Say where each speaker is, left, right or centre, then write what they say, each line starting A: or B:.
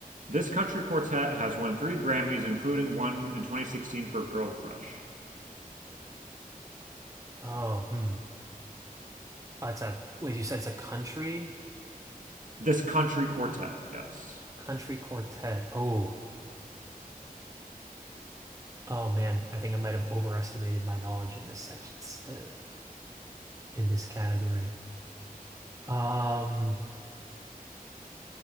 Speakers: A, on the right; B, on the right.
A: This country quartet has won three Grammys, including one in 2016 for Girl Crush.
B: Oh, hmm. Uh, It's a, wait, you said it's a country?
A: This Country Quartet, yes.
B: Country quartet. Oh, oh man, I think I might have overestimated my knowledge in this section, uh, in this category. Um,